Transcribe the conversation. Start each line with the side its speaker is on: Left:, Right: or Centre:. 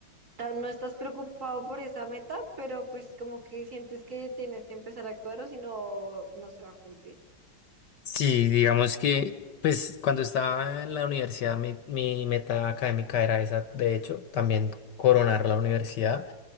Right: tan- no estás preocupado por esa meta, pero pues como que sientes que tienes que empezar a actuar o si no, no se va a cumplir.
Left: Sí, digamos que, pues cuando estaba en la universidad, mi, mi meta académica era esa, de hecho, también coronar la universidad,